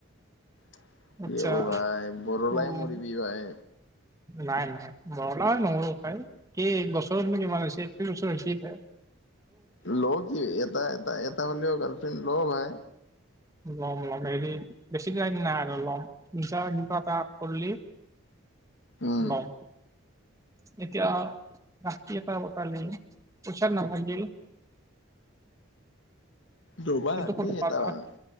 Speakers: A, on the left; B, on the right.
A: কি
B: আচ্ছা
A: হ'ব ভাই বৰলাই
B: উম,
A: মৰিবি ভাই।
B: নাই নাই বৰলা হৈ নমৰো ভাই। কি এক বছৰতনো কিমান হৈছে একত্ৰিশ ওচৰ হৈছি হে।
A: ল' কি এটা এটা এটা হলেও গাৰ্লফ্ৰেণ্ড ল' ভাই।
B: ল'ম ল'ম। হেৰি বেছি দিন নাই আৰু ল'ম। নিজা কিবা এটা কৰলি
A: উম
B: লম। এতিয়া আপি এটা পতালি পইছা নাথাকিল
A: দবা
B: কিন্তু ক'ত
A: দি
B: পা
A: এটামান।
B: তই